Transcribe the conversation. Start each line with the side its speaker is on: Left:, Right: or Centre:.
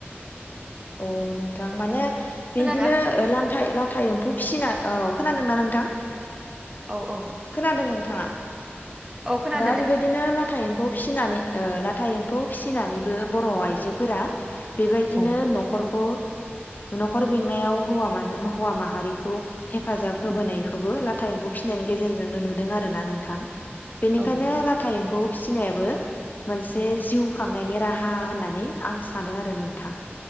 Left: औ नोंथां माने
Right: खोनादों
Left: बिदिनो लान्थाय लाथा एम्फौ फिसिनान औ खोनादोंना नोंथां?
Right: औ औ
Left: खोनादों नोंथांङा
Right: औ खोनादों
Left: दा बेबायदिनो
Right: दे
Left: ला था एम्फौ फिसिनानै उह लाथा एम्फौ फिसिनानैबो बर' आइजोफोरा बेबायदिनो
Right: औ
Left: न'खरखौ न'खर बेंनायाव हौवा मा-हौवा माहारिखौ हेफाजाब होबोनायखौबो
Right: उम
Left: ला लाथा एम्फौ फिसिनानै गेजेरजोंनो नुदों आरो ना नोंथां। बेनिखायनो
Right: औ
Left: लाथा एम्फौ
Right: दे
Left: फिसिनायाबो मोनसे
Right: उम
Left: जिउ खां नायनि राहा होननानै आं सानो आरो नोंथां।